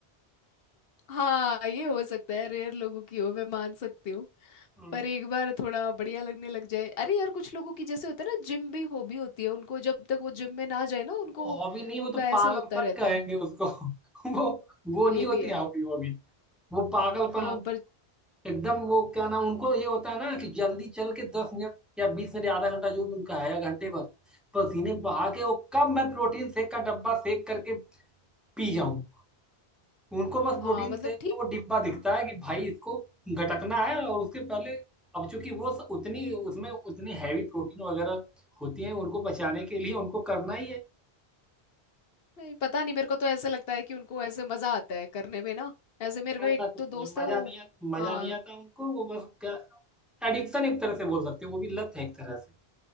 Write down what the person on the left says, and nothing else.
हाँ ये हो सकता है रेयर लोगों की हो मैं मान सकती हूँ
पर एक बार थोड़ा बढ़िया लगने लग जाए अरे यार कुछ लोगों की जैसे होता है ना जिम भी हॉबी होती है उनको जब तक वो जिम में ना जाए ना उनको
उनका
ऐसे
होता रहता
है
ये
भी है
हाँ
पर
हाँ मतलब
ठीक
नहीं पता नहीं मेरे को तो ऐसा लगता है कि उनको ऐसे मजा आता है करने में ना ऐसे मेरे को एक
दो दोस्त
है वो
हाँ